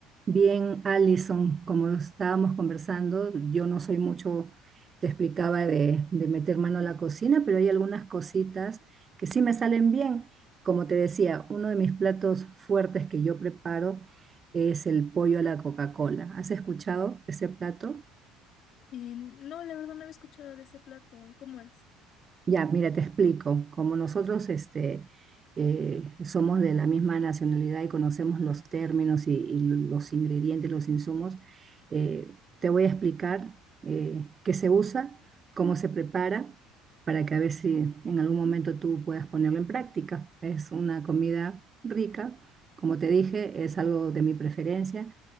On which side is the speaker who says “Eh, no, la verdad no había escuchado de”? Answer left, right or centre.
Left